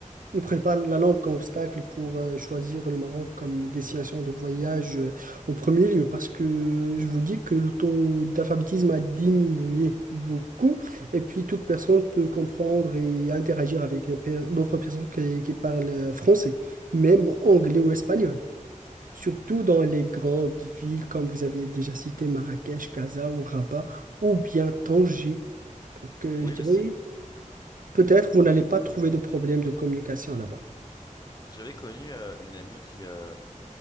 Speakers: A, on the right; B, on the left.
A: ne prenez pas la langue comme obstacle pour euh, choisir le Maroc comme destination de voyage euh, en premier lieu, parce que je vous dis que le taux d'alphabétisme a diminué beaucoup, et puis toute personne peut comprendre et interagir avec les per- d'autres personnes qui, qui parlent français, même anglais ou espagnol surtout dans les grandes villes comme vous avez déjà cité Marrakech, Casa ou Rabat ou bien Tanger. Donc euh,
B: Oui
A: je dirais
B: aussi.
A: peut-être vous n'allez pas trouver de problème de communication là-bas.
B: J'avais connu euh, une amie qui, euh,